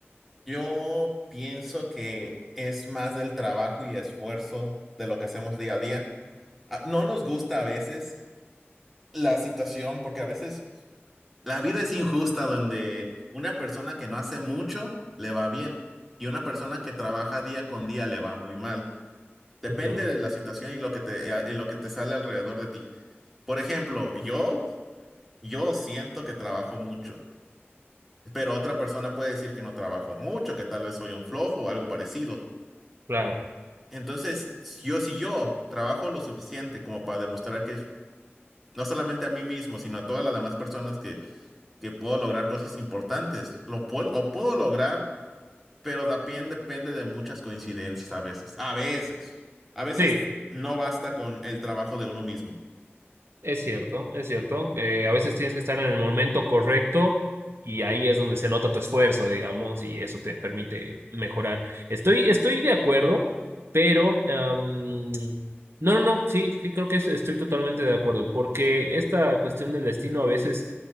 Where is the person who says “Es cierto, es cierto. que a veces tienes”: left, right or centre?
Right